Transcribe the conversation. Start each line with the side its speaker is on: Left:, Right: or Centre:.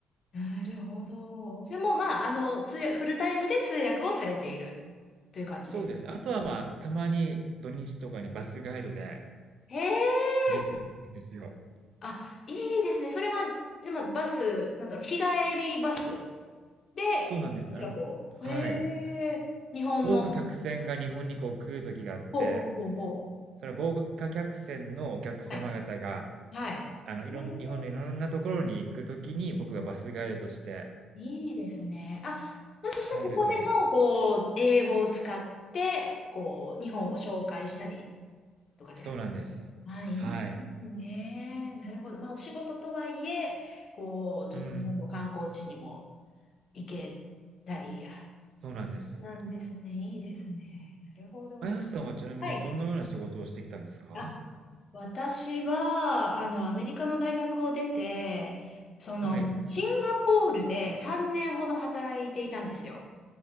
Left: なるほど。じゃあもうまあ、あの、通訳、フルタイムで通訳をされているという感じです。
Right: そうですねあとは、まあ、たまに土日とかにバスガイドで
Left: へえ、
Right: ヘルプに行くんですよ。
Left: あ、いいですね。それは、でもバス、なんだろう、日帰りバスで、
Right: そうなんです。
Left: なんかこう、
Right: あのはい。
Left: へえ、日本の、
Right: 豪華客船が日本にこう来る時があって、
Left: ほうほうほうほ
Right: その豪華客船のお客様方が、
Left: う。はい、はい。
Right: あの、
Left: へえ、
Right: いろん日本のいろんなところに行く時に、僕がバスガイドとして
Left: いいですね。あ、まあ、そしてそこでも、
Right: 入るという。
Left: こう、英語を使って、こう、日本を紹介したりとかですか
Right: そうなんです。
Left: あ、いいですね。
Right: はい。
Left: なるほど。まあ、お仕事とはいえ、こう、
Right: うん、
Left: ちょっともう観光地にも行けたり、あ、
Right: そうなんです。
Left: なんですね。いいですね。なるほど。
Right: あやさんはちなみにどんなような仕事をしてきたんですか？
Left: はい。あ、私は、あの、アメリカの大学を出て、その、
Right: はい。
Left: シンガポールで3年ほど働いていたんですよ。